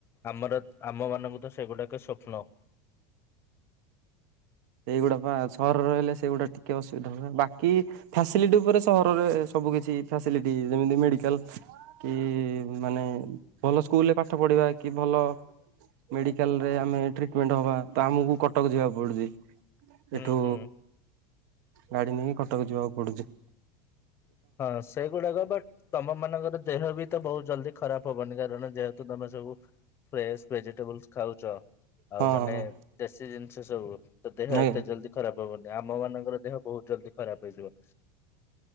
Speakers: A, on the left; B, on the right.
A: ଆମର ଆମ ମାନଙ୍କୁତ ସେଗୁଡ଼ାକ ସ୍ୱପ୍ନ
B: ସେଇଗୁଡ଼ାପା ସହର ରହିଲେ ସେଗୁଡ଼ା ଟିକେ ଅସୁବିଧା ହବ ବାକି ଫାସିଲିଟି ଉପରେ ସହରରେ ସବୁ କିଛି ଫାସିଲିଟି ଯେମିତି ମେଡିକାଲ୍ କି ମାନେ ଭଲ ସ୍କୁଲରେ ପାଠ ପଢିବା କି ଭଲ ମେଡିକାଲ୍ ରେ ଆମେ ଟ୍ରିଟମେଣ୍ଟ ହବା ତଆମକୁ କଟକ ଯିବାକୁ ପଡ଼ୁଚି। ଏଠୁ
A: ହୁଁ ହୁଁ।
B: ଗାଡ଼ି ନେଇକି କଟକ ଯିବାକୁ ପଡ଼ୁଚି।
A: ହଁ ସେଗୁଡ଼ାକ ବଟ୍ ତମ ମାନଙ୍କର ଦେହବିତ ବହୁତ୍ ଜଲ୍ଦି ଖରାପ୍ ହେବନି କାରଣ ଯେହେତୁ ତମେ ସବୁ ଫ୍ରେସ୍ ଭେଜିଟେବଲସ୍ ଖାଉଛ
B: ହଁ
A: ଆଉ ମାନେ ଦେଶୀ ଜିନିଷ ସବୁ ତଦେହ
B: ଆଜ୍ଞା
A: ଏତେ ଜଲ୍ଦି ଖରାପ୍ ହବନି ଆମ ମାନଙ୍କର ଦେହ ବହୁତ୍ ଜଲ୍ଦି ଖରାପ୍ ହେଇଯିବ।